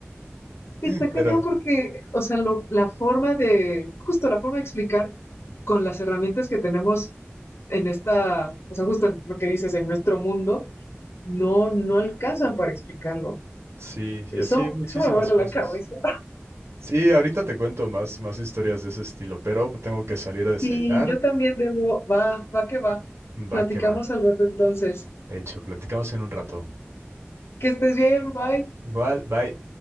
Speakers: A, on the left; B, on the right.
A: Está
B: <laughs>
A: cañón
B: pero
A: porque, o sea, lo, la forma de, justo la forma de explicar con las herramientas que tenemos en esta, o sea, justo en lo que dices, en nuestro mundo, no, no alcanzan para explicarlo.
B: sí,
A: Eso,
B: y así hay muchísimas
A: eso me vuela
B: cosas.
A: la cabeza.
B: Sí, ahorita te cuento más, más historias de ese estilo, pero tengo que salir a desayunar.
A: Sí, yo también debo. Va, va que va. Platicamos
B: Va que va.
A: al rato entonces.
B: Hecho, platicamos en un rato.
A: Que estés bien, bye.
B: Igual, bye.